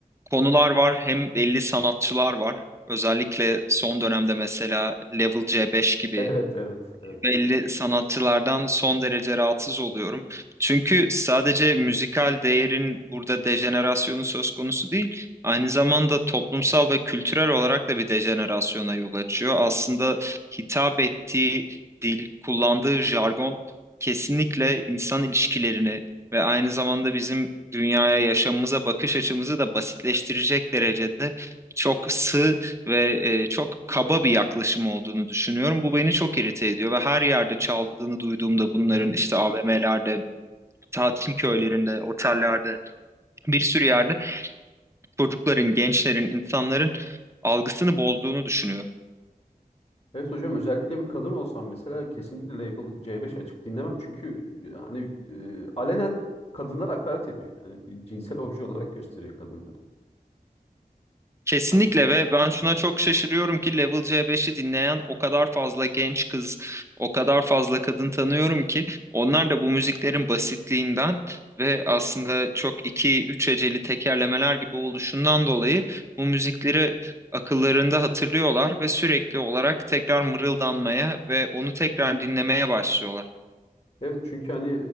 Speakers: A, on the right (about 20°); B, on the left (about 40°).
A: konular var hem belli sanatçılar var. Özellikle son dönemde mesela Level C5 gibi
B: Evet, evet, evet.
A: belli sanatçılardan son derece rahatsız oluyorum. Çünkü sadece müzikal değerin burada dejenerasyonu söz konusu değil, aynı zamanda toplumsal ve kültürel olarak da bir dejenerasyona yol açıyor. Aslında hitap ettiği dil, kullandığı jargon kesinlikle insan ilişkilerini ve aynı zamanda bizim dünyaya, yaşamımıza bakış açımızı da basitleştirecek derecede çok sığ ve e, çok kaba bir yaklaşım olduğunu düşünüyorum. Bu beni çok irite ediyor ve her yerde çaldığını duyduğumda
B: Hı
A: bunların
B: hı.
A: işte AVM'lerde, tatil köylerinde, otellerde bir sürü yerde çocukların, gençlerin, insanların algısını bozduğunu düşünüyorum.
B: Evet hocam özellikle bir kadın olsam mesela kesinlikle Label C5 açıp dinlemem. Çünkü yani e, alenen kadınlara hakaret ediyor. Yani bir cinsel obje olarak gösteriyor kadınları.
A: Kesinlikle
B: Yani,
A: ve ben şuna çok şaşırıyorum ki Level C5'i dinleyen o kadar fazla genç kız, o kadar fazla kadın tanıyorum ki onlar da bu müziklerin basitliğinden ve aslında çok iki üç heceli tekerlemeler gibi oluşundan dolayı bu müzikleri akıllarında hatırlıyorlar ve sürekli olarak tekrar mırıldanmaya ve onu tekrar dinlemeye başlıyorlar.
B: evet çünkü hani